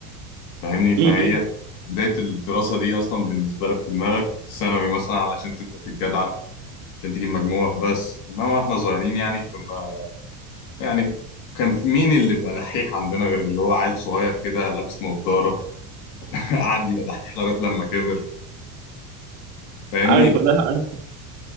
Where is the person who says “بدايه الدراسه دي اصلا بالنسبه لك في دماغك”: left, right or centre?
Left